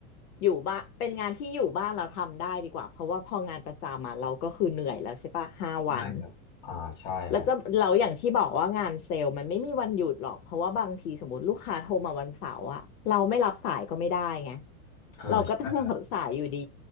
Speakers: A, on the left (about 75°); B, on the left (about 25°).
A: อยู่บ้านเป็นงานที่อยู่บ้านเราทำได้ดีกว่าเพราะว่าพองานประจำมาเราก็คือเหนื่อยแล้วใช่ปะห้าวัน
B: ใช่อ่าใช่ครับ
A: แล้วจะเราอย่างที่บอกว่างานเซลล์มันไม่มีวันหยุดหรอกเพราะว่าบางทีสมมติลูกค้าโทรมาวันเสาร์อะเราไม่รับสายก็ไม่ได้ไง
B: อ่า
A: เราก็ต้องรับสายอยู่ดี